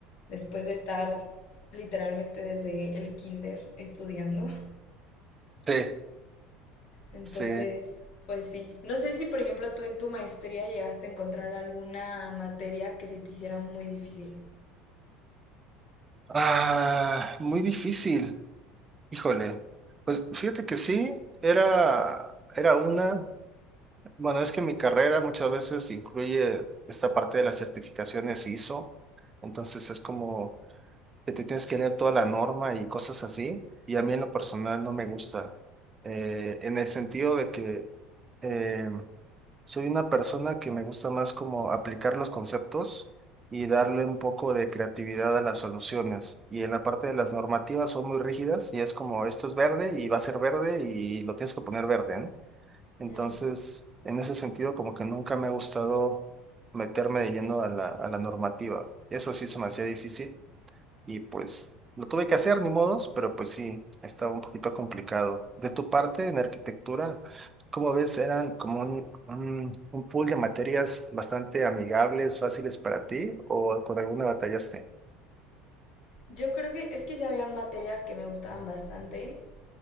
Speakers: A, on the left; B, on the right.
A: Después de estar literalmente desde el kinder estudiando. <laughs>
B: sí,
A: Entonces,
B: sí.
A: pues sí. No sé si, por ejemplo, tú en tu maestría llegaste a encontrar alguna materia que se te hiciera muy difícil.
B: Ah, muy difícil. Híjole. Pues fíjate que sí, era, era una. Bueno, es que mi carrera muchas veces incluye esta parte de las certificaciones ISO. Entonces es como que te tienes que leer toda la norma y cosas así, y a mí en lo personal no me gusta, eh, en el sentido de que eh, soy una persona que me gusta más como aplicar los conceptos y darle un poco de creatividad a las soluciones. Y en la parte de las normativas son muy rígidas y es como esto es verde y va a ser verde y lo tienes que poner verde, ¿no? Entonces,
A: Mm.
B: en ese sentido, como que nunca me ha gustado meterme de lleno a la, a la normativa. Eso sí se me hacía difícil. Y pues lo tuve que hacer, ni modos, pero pues sí, estaba un poquito complicado. De tu parte, en arquitectura, como ves, eran como un, un, un pool de materias bastante amigables, fáciles para ti, o con alguna batallaste.
A: Yo creo que es que sí habían materias que me gustaban bastante,